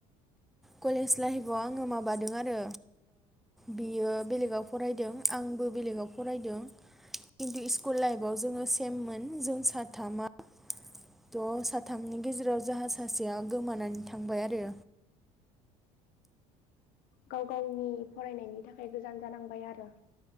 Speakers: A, in the centre; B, on the left (about 70°).
A: कलेज लाइफआव आङो माबादों आरो बियो बेलेगाव फरायदों आंबो बेलेगाव फरायदों खिन्थु इस्कुल लाइफआव जोङो सेममोन जों साथामा थ साथामनि गेजेराव जोहा सासेया गोमानानै थांबाय आरो।
B: गाव गावनि फरायनायनि थाखाय गोजान जानांबाय आरो।